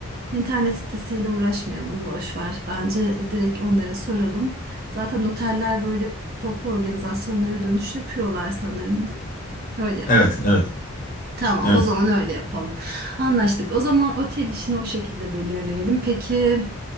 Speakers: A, on the right (about 45°); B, on the left (about 40°).
A: internet sitesiyle uğraşmayalım boş ver. Bence direkt onlara soralım. Zaten oteller böyle toplu organizasyonlara dönüş yapıyorlar sanırım da. Öyle yapalım.
B: Evet evet
A: Tamam,
B: evet.
A: o zaman öyle yapalım. Anlaştık. O zaman otel işini o şekilde belirleyelim. Peki